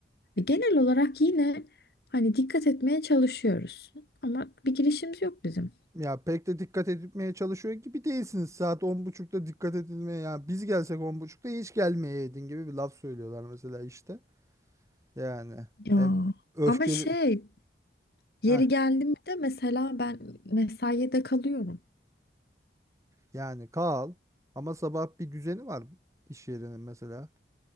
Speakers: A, on the left; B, on the right.
A: genel olarak yine hani dikkat etmeye çalışıyoruz. Ama bir girişimiz yok bizim.
B: Ya pek de dikkat edilmeye çalışıyor gibi değilsiniz. Saat on buçukta dikkat edilmeye ya biz gelsek on buçukta hiç gelmeyeydin gibi bir laf söylüyorlar mesela işte. Yani
A: Ya
B: e, öfkeli
A: ama şey Yeri
B: Heh,
A: geldi mi de mesela ben mesaiye de kalıyorum.
B: yani kal ama sabah bir düzeni var iş yerinin mesela.